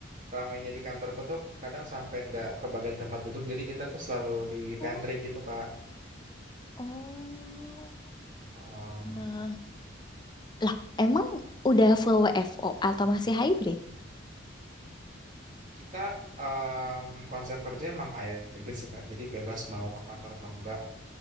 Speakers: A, on the right; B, on the left.
A: ramainya di kantorku tuh kadang sampai nggak kebagian tempat duduk, jadi kita tuh selalu di
B: Oh,
A: pantry gitu Kak.
B: oh.
A: Oh.
B: Nah. Lah, emang udah full WFO atau masih hybrid?
A: Kita em, konsep kerja emang hybrid sih Kak. Jadi bebas mau ke kantor atau enggak.